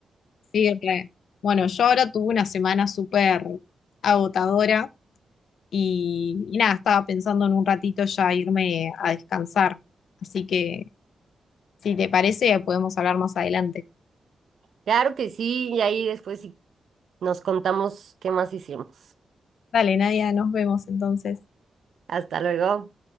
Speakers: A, on the left; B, on the right.
A: Sí, re. Bueno, yo ahora tuve una semana súper agotadora y, y nada, estaba pensando en un ratito ya irme a descansar, así que si te parece podemos hablar más adelante.
B: Claro que sí, y ahí después sí nos contamos qué más hicimos.
A: Vale, Nadia, nos vemos entonces.
B: Hasta luego.